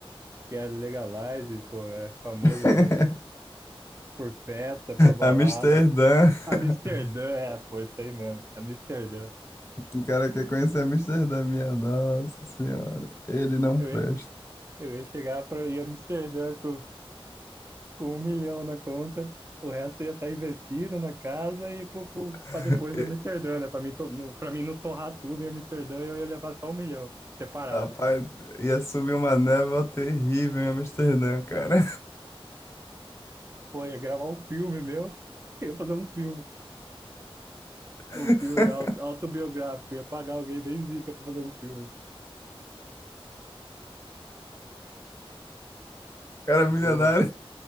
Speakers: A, on the right; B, on the left.
A: que é legalized, pô, é famoso
B: <laughs>
A: por, por festa, por balada.
B: Amsterdã?
A: Amsterdã,
B: <laughs>
A: é, pô, isso aí mesmo, Amsterdã.
B: O cara quer conhecer Amsterdã, minha nossa senhora. Ele não
A: Eu,
B: presta.
A: Eu ia chegar para ir a Amsterdã com, com um milhão na conta, o resto ia estar investido na casa e
B: <laughs>
A: para depois em
B: E-
A: Amsterdã, né? Para mim, to- não- pra mim não torrar tudo em Amsterdã, eu ia levar só um milhão separado.
B: Rapaz, ia subir uma névoa terrível em Amsterdã, cara.
A: Pô, ia gravar um filme meu, <laughs> eu ia fazer um filme,
B: <laughs>
A: um filme auto- autobiográfico, ia pagar alguém bem zica para fazer um filme.
B: Cara
A: Boa.
B: milionário